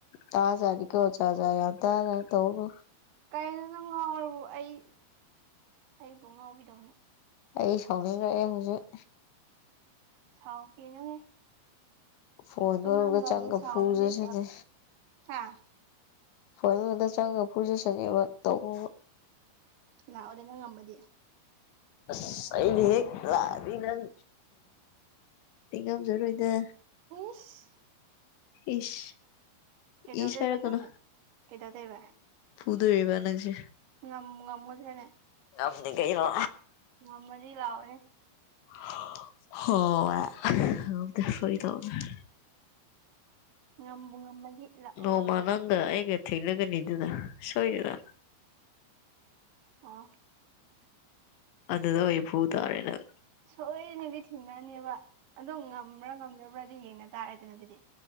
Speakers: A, on the left; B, on the right.
A: ꯇꯥꯖꯥꯅꯤ ꯀꯣ ꯖꯥꯠ ꯖꯥꯠ ꯌꯥꯝ ꯇꯥꯖꯅꯤ ꯇꯧꯕ
B: ꯀꯩꯅꯣ ꯅꯪ ꯉꯥꯎꯔꯕꯣ ꯑꯩ ꯑꯩꯕꯨ ꯉꯥꯎꯕꯤꯗꯧꯅ
A: ꯑꯩ ꯁꯥꯎꯅꯤꯡꯉꯛꯑꯦ ꯍꯧꯖꯤꯛ
B: ꯁꯥꯎꯈꯤꯅꯨꯍꯦ
A: ꯐꯣꯟ
B: ꯇꯨꯝꯂꯝꯗꯥꯏꯗ
A: ꯃꯅꯨꯡꯗ ꯆꯪꯉ
B: ꯁꯥꯎꯕꯥꯁꯤ
A: ꯐꯨꯖꯁꯅꯤ
B: ꯀꯌꯥ ꯍꯥꯥ
A: <unintelligible>
B: ꯂꯥꯛꯑꯣꯗ ꯅ ꯉꯝꯃꯗꯤ
A: ꯑꯁ ꯑꯩꯗꯤ ꯍꯦꯛ ꯂꯥꯛꯑꯗꯤ ꯅꯪ ꯑꯩ ꯉꯝꯖꯔꯣꯏꯗ
B: ꯏꯁ
A: ꯏꯁ
B: ꯀꯩꯗꯧꯗꯣꯏꯕ
A: ꯏꯁ ꯍꯥꯏꯔꯀꯅꯣ
B: ꯅꯪꯅ ꯀꯩꯗꯧꯗꯣꯏꯕ
A: ꯐꯨꯗꯧꯔꯤꯕꯥ ꯅꯡꯁꯦ
B: ꯉꯝꯕꯨ ꯉꯝꯒꯗꯔꯥꯅꯦ
A: ꯉꯝꯅꯤꯀꯩꯅꯣ
B: ꯉꯝꯃꯗꯤ ꯂꯛꯑꯣꯅꯦ
A: <unintelligible>
B: ꯉꯝꯕꯨ ꯉꯝꯃꯗꯤ ꯂꯥꯛꯑꯣ
A: ꯅꯣꯡꯃ ꯅꯪꯒ ꯑꯩꯒ ꯊꯦꯡꯅꯒꯅꯤꯗꯅ ꯁꯣꯏꯗꯅ
B: ꯑꯣ
A: ꯑꯗꯨꯗ ꯑꯣꯏꯅꯥ ꯐꯨ ꯇꯥꯔꯦ ꯅꯡ
B: ꯁꯣꯏꯗꯅꯗꯤ ꯊꯦꯡꯅꯅꯦꯕ ꯑꯗꯨꯝ ꯉꯝꯕ꯭ꯔꯥ ꯉꯝꯗꯕ꯭ꯔꯥꯗꯤ ꯌꯦꯡꯅ ꯇꯥꯔꯦꯗꯅ ꯑꯗꯨꯗꯤ